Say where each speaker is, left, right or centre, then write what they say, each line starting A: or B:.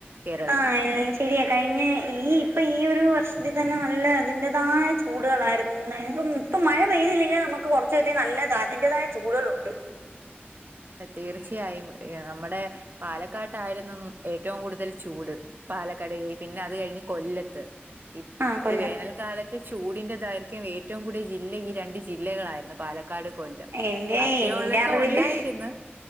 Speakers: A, on the right; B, on the right.
A: കേരളത്തിൽ
B: ആഹ എ ശരിയ കഴിഞ്ഞ ഈ ഇപ്പം ഈ ഒരു വർഷത്തി തന്നെ നല്ല അതിൻറേതായ ചൂടുകളായിരുന്നു ഇപ്പം ഇപ്പം മഴ പെയ്തില്ലെങ്കിലും നമുക്ക് കുറച്ച അധികം നല്ലത് അതിന്റതായ ചൂടുകളുണ്ട്
A: തീർച്ചയായും നമ്മുടെ പാലക്കാട്ടായിരുന്നു ഏറ്റവും കൂടുതൽ ചൂട് പാലക്കട് പിന്നത് കഴിഞ്ഞ് കൊല്ലത്ത് ഈ
B: ആ കൊല്ലം
A: വേനൽക്കാലത്ത് ചൂടിന്റെ ദൈർഘ്യം ഏറ്റവും കൂടിയ ജില്ല ഈ രണ്ട് ജില്ലകളായിരുന്നു പാലക് ക്കാട്, കൊല്ലം
B: എന്റെ
A: ബാക്കിയ
B: എന്റെ
A: ഉള്ളടത്തും
B: അറിവില്
A: ഉണ്ടായി ന്ന്.